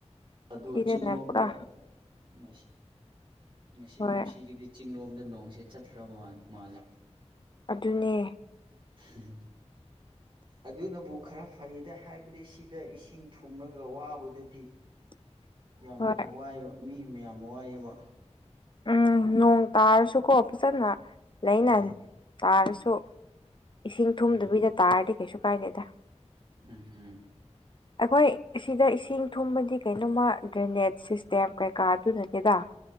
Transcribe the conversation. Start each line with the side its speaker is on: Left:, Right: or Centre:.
Right: ꯑꯣ
Left: ꯁꯤꯗꯅ
Right: ꯆꯤꯡ ꯂꯣꯝꯗ
Left: ꯄꯨꯔꯥ
Right: ꯉꯁꯤ ꯉꯁꯤ
Left: ꯍꯣꯏ
Right: ꯀꯨꯝꯁꯤꯒꯤꯗꯤ ꯆꯤꯂꯣꯝꯗ ꯅꯣꯡꯁꯤꯦ ꯆꯠꯈ꯭ꯔꯕ ꯃꯥꯜꯂꯦ
Left: ꯑꯗꯨꯅꯦ
Right: ꯎꯝ ꯑꯗꯨꯅꯕꯨ ꯈꯔ ꯐꯩꯗ ꯍꯥꯏꯕꯗꯤ ꯁꯤꯗ ꯏꯁꯤꯡ ꯊꯨꯝꯂꯒ ꯋꯥꯕꯗꯨꯗꯤ
Left: <inaudible>
Right: ꯌꯥꯝꯅ
Left: ꯍꯣꯏ
Right: ꯋꯥꯏꯕ ꯃꯤ ꯃꯌꯥꯝ ꯋꯥꯏꯑꯕ
Left: ꯎꯝ ꯅꯣꯡ ꯇꯥꯔꯁꯨꯀꯣ ꯐꯖꯅ ꯂꯩꯅꯅꯤ
Right: ꯎꯝ
Left: ꯇꯥꯔꯁꯨ ꯏꯁꯤꯡ ꯊꯨꯝꯗꯕꯤꯗ
Right: ꯎꯝ
Left: ꯇꯥꯔꯗꯤ ꯀꯩꯁꯨ ꯀꯥꯏꯗꯦꯗ
Right: ꯎꯝ ꯎꯝ
Left: ꯑꯩꯈꯣꯏ ꯑꯁꯤꯗ ꯏꯁꯤꯡ ꯊꯨꯝꯕꯗꯤ ꯀꯩꯅꯣꯝꯃ ꯗ꯭ꯔꯦꯅꯦꯖ ꯁꯤꯁꯇꯦꯝ ꯀꯩꯀꯥ ꯑꯗꯨꯅꯠꯇꯦꯗ